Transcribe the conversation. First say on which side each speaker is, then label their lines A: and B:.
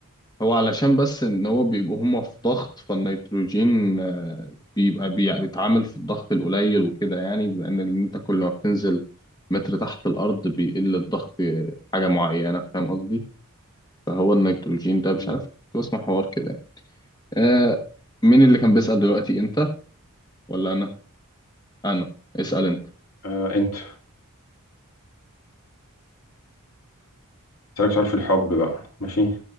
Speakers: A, on the left (about 20°); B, on the left (about 70°).
A: هو علشان بس ان هو بيبقوا هما في ضغط فالنيتروجين آه، بيبقى بي- بيتعامل في الضغط القليل وكده يعني لان انت كل ما بتنزل متر تحت الارض بيقل الضغط حاجه معينه فاهم قصدي فهو النيتروجين ده مش
B: مم.
A: عارف كنت بسمع حوار كده يعني آه مين اللي كان بيسأل دلوقتي انت ولا انا انا اسأل انت
B: آه أنت أسألك سؤال في الحب بقى ماشي